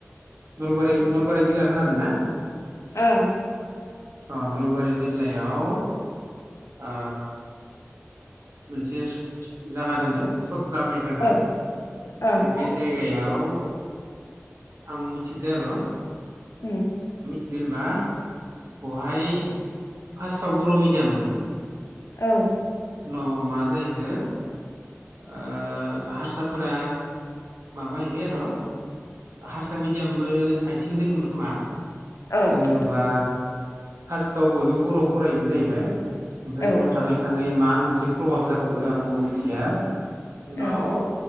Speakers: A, on the right; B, on the left.
A: नलबारि नलबारि जिल्ला खोनादों ना
B: ओं
A: अ नलबारि जिल्लायाव आ मोनसे जा <unintelligible> खालामनाय जायगा
B: ओं ओं
A: बे जायगायाव आं मिथिदों आरो
B: उम
A: जेनेबा बेहाय फार्स्टआव बर' मिडियाममोन
B: औ
A: उनाव मा जाहैखो आ हारसाफोरा माबाहैबाय आर' हारसा मिडियामबो आयथिं दोङोमोन खोमा
B: औ
A: दोङोबा फास्ट आव बयबो बर'आव फरायोमोन जाहैबाय ओमफाय
B: औ
A: उनाव थाङै थाङै मा मोनसे प्रभाब जाखो आंबो मिथिया उनाव
B: ओ